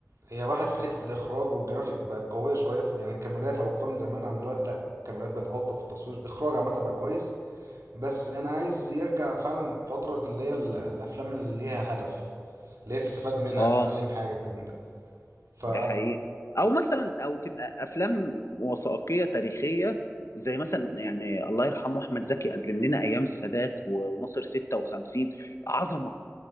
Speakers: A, on the right; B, on the left.
A: هي راحت في حته الاخراج والجرافيك بقت قويه شويه في- يعني الكاميرات لو تقارن زمان عن دلوقتي لا الكاميرات بقت الطف في التصوير الاخراج عامه بقى كويس بس انا عايز يرجع فعلا فتره اللي هي ال- الافلام اللي ليها هدف اللي هي تستفاد منها
B: اه
A: تتعلم حاجه الكلام ده ف
B: ده حقيقه او مثلا او تبقى افلام وثائقيه تاريخيه زي مثلا يعني الله يرحمه احمد زكي قدم لنا ايام السادات و- وناصر 56 عظمه